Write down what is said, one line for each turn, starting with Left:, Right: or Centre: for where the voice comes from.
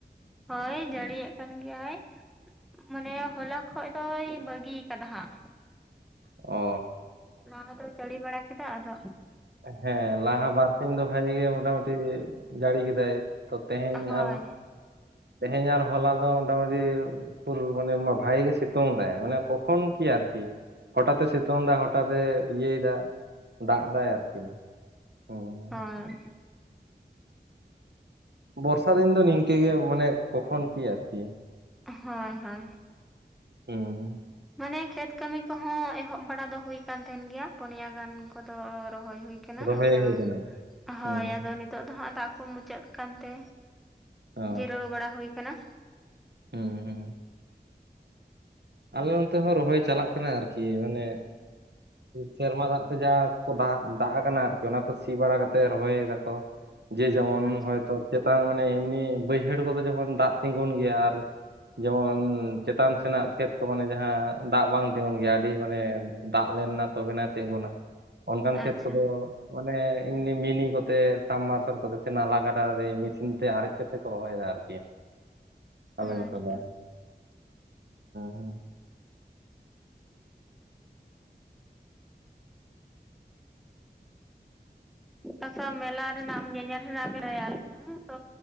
Centre: ᱦᱳᱭ, ᱡᱟᱹᱲᱤᱭᱮᱜ ᱠᱟᱱ ᱜᱮᱭᱟᱭ᱾ ᱢᱟᱱᱮ ᱦᱚᱞᱟ ᱠᱷᱚᱡ ᱫᱚᱭ, ᱵᱟᱹᱜᱤᱭ ᱠᱟᱫᱟ ᱦᱟᱸᱜ᱾
Right: ᱚᱻ᱾
Centre: ᱞᱟᱦᱟ ᱫᱚ ᱪᱟᱹᱲᱤ ᱵᱟᱲᱟ ᱠᱮᱫᱟ, ᱟᱫᱚ
Right: ᱦᱮᱸ, ᱞᱟᱦᱟ ᱵᱟᱨᱥᱤᱧ ᱫᱚ ᱵᱷᱟᱜᱮ ᱜᱮ ᱢᱚᱴᱟ ᱢᱩᱴᱤ ᱡᱟᱹᱲᱤ ᱠᱮᱫᱟᱭ, ᱛᱚ ᱛᱮᱦᱮᱧ
Centre: ᱦᱳᱭ
Right: ᱟᱨ ᱛᱮᱦᱮᱧ ᱟᱨ ᱦᱚᱞᱟ ᱫᱚ ᱢᱳᱴᱟᱢᱩᱴᱤ ᱯᱩᱨ, ᱢᱟᱱᱮ ᱵᱷᱟᱜᱮ ᱜᱮ ᱥᱤᱛᱩᱝ ᱫᱟᱭ ᱢᱟᱱᱮ ᱠᱚᱠᱷᱚᱱ ᱠᱤ ᱟᱨᱠᱤ ᱦᱚᱴᱟᱛᱼᱮ ᱥᱤᱛᱩᱝ ᱫᱟ, ᱦᱚᱴᱟᱛᱼᱮ ᱤᱭᱟᱹᱭ ᱫᱟ, ᱫᱟᱜ ᱫᱟᱭ ᱟᱨᱠᱤ ᱦᱚᱸ᱾
Centre: ᱟᱨ,
Right: ᱵᱚᱨᱥᱟ ᱫᱤᱱ ᱫᱚ ᱱᱤᱝᱠᱟᱹ ᱜᱮ, ᱢᱟᱱᱮ ᱠᱚᱠᱷᱚᱱ ᱠᱤ ᱟᱨᱠᱤ᱾
Centre: ᱦᱚᱭ ᱦᱚᱭ᱾
Right: ᱦᱩᱸ
Centre: ᱢᱟᱱᱮ ᱠᱷᱮᱛ ᱠᱟᱹᱢᱤ ᱠᱚᱦᱚᱸ ᱮᱦᱚᱵ ᱵᱟᱲᱟ ᱫᱚ ᱦᱩᱭ ᱠᱟᱱ ᱛᱟᱦᱮᱱ ᱜᱮᱭᱟ᱾ ᱯᱚᱱᱭᱟ ᱜᱟᱱ ᱠᱚᱫᱚ ᱨᱚᱦᱚᱭ ᱦᱩᱭ ᱠᱟᱱᱟ
Right: ᱨᱚᱦᱚᱭ
Centre: ᱚᱱᱠᱟ,
Right: ᱦᱩᱭ ᱠᱟᱱᱟ
Centre: ᱦᱳᱭ,
Right: ᱦᱩᱸ
Centre: ᱟᱫᱚ ᱱᱤᱛᱚᱜ ᱫᱚ ᱦᱟᱸᱜ ᱫᱟᱜ ᱠᱚ ᱢᱩᱪᱟᱹᱫ ᱟᱠᱟᱱ ᱛᱮ
Right: ᱚ
Centre: ᱡᱤᱨᱟᱹᱣ ᱵᱟᱲᱟ ᱦᱩᱭ ᱟᱠᱟᱱᱟ᱾
Right: ᱦᱩᱸ, ᱦᱩᱸ ᱟᱞᱮ ᱱᱚᱱᱛᱮ ᱦᱚᱸ ᱨᱚᱦᱚᱭ ᱪᱟᱞᱟᱜ ᱠᱟᱱᱟ ᱟᱨᱠᱤ ᱚᱱᱮ ᱥᱮᱨᱢᱟ ᱫᱟᱜ ᱡᱟ ᱠᱚ ᱫᱟᱜ, ᱫᱟᱜ ᱟᱠᱟᱱᱟ ᱚᱱᱟ ᱠᱚ ᱥᱤ ᱵᱟᱲᱟ ᱠᱟᱛᱮᱫ ᱨᱚᱦᱚᱭ ᱾ᱮᱫᱟ ᱠᱚ ᱡᱮ ᱡᱮᱢᱚᱱ
Centre: ᱟᱪᱪᱷᱟ
Right: ᱦᱚᱭᱛᱚ ᱪᱮᱛᱟᱱ ᱢᱟᱱᱮ ᱮᱢᱱᱤ ᱵᱟᱹᱭᱦᱟᱹᱲ ᱠᱚᱫᱚ ᱡᱮᱢᱚᱱ ᱫᱟᱜ ᱛᱤᱸᱜᱩᱱ ᱜᱮᱭᱟ, ᱟᱨ ᱡᱮᱢᱚᱱ ᱪᱮᱛᱟᱱ ᱥᱮᱱᱟᱜ ᱠᱷᱮᱛ ᱾ ᱚ ᱢᱟᱱᱮ ᱡᱟᱦᱟᱸ ᱫᱟᱜ ᱵᱟᱝ ᱛᱤᱸᱜᱩᱱ ᱜᱮᱭᱟ ᱟᱹᱰᱤ ᱢᱟᱱᱮ ᱫᱟᱜ ᱞᱮᱱᱱᱟ ᱛᱚᱵᱮᱱᱟ ᱛᱤᱸᱜᱩᱱᱟ᱾ ᱚᱱᱠᱟᱱ ᱠᱷᱮᱛ
Centre: ᱟᱪᱪᱷᱟ
Right: ᱠᱚᱫᱚ ᱢᱟᱱᱮ ᱮᱢᱱᱤ ᱢᱤᱱᱤ ᱠᱚᱛᱮ ᱥᱟ ᱵ ᱢᱟᱨᱥᱟᱞ ᱠᱚᱛᱮ ᱥᱮ ᱱᱟᱞᱟ ᱜᱟᱰᱟ ᱨᱮ ᱢᱮᱥᱤᱱ ᱛᱮ ᱟᱨᱮᱡ ᱪᱮᱫ ᱠᱚ ᱨᱚᱦᱚᱭ ᱮᱫᱟ ᱟᱨᱠᱤ ᱟᱞᱮ
Centre: ᱟᱪᱪᱷᱟ
Right: ᱱᱚᱛᱮ ᱫᱚ ᱦᱩᱸ ᱦᱩᱸ
Centre: ᱟᱪᱷᱟ ᱢᱮᱞᱟ ᱨᱮᱱᱟᱜ ᱧᱮᱧᱮᱞ ᱨᱮᱱᱟᱜ ᱜᱮ ᱨᱟᱭᱟᱞ ᱾ ᱛᱚ